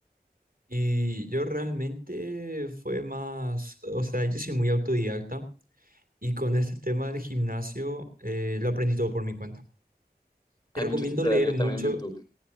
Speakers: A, on the right; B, on the left.
A: Y yo realmente fue más, o sea, yo soy muy autodidacta y con este tema del gimnasio eh, lo aprendí todo por mi cuenta. Te
B: Hay
A: recomiendo
B: muchos tutoriales
A: leer mucho
B: también en YouTube.